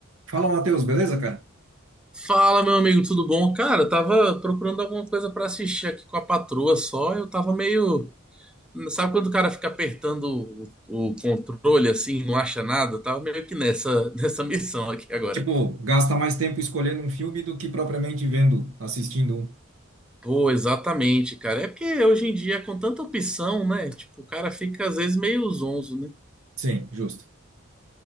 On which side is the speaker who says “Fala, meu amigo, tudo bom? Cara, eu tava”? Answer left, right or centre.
Centre